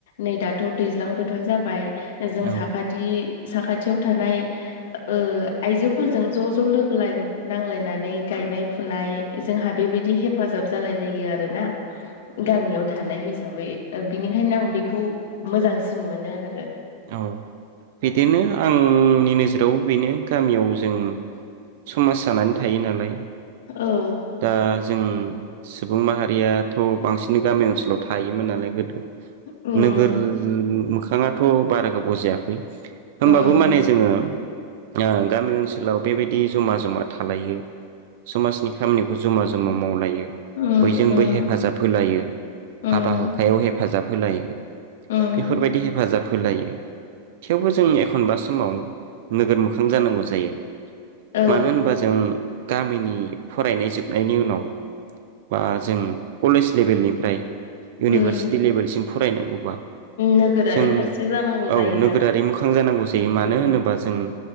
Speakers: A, on the left; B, on the right.
A: नै दाथ' दैज्लां बोथोर जाबाय जों
B: औ
A: साखाथि साखाथियाव थानाय ओ आइजोफोरजों ज' ज' लोगोाय नांलायनानै नै गायनाय फुनाय जोंहा बेबायदि हेफाजाब जालाय लायो आरो ना। गामियाव थानाय हिसाबै ओ बिनिखायनो आं बेखौ मोजांसिन मोनो आरो।
B: औ बिदिनो आं आंनि नोजोराव बेनो गामियाव जों समाज जानानै थायो नालाय
A: औ
B: दा जों सुबुं माहारियाथ' बांसिनै गामि ओनसो लाव थायोमोन नालाय गोदो
A: उम
B: नोगोर मोखा खां थ' बारा गोबाव जायाखै होमबाबो
A: उम
B: माने जोङो ओ गामि ओनसोलाव बेबायदि जमा जमा थालायो समाजनि खामनिखौ जमा जमा मावलायो
A: उम
B: बयजोंबोै
A: उम
B: हेफाजाब होलायो
A: उम
B: हाबा हुखायाव हेफाजाब होलायो।
A: उम
B: बेफोरबायदि हे फाजाब होलायो थेवबो जों एखनबा समाव नोगोर मोखां जानांगौ जायो।
A: औ
B: मानो होनबा जों गामिनि फरायनाय जोबनायनि उनाव बा जों कलेज लेभेलनिफ्राय इउनिभारसिटि
A: उम
B: लेभेलसिम फ फरायनांगौबा
A: नोगोरारि
B: जों
A: फारसे जानांगौ
B: औ
A: जायो
B: नोगोरारि
A: आरो
B: मोखां जानांगौ जायो मानो
A: ओ
B: होनोबा जों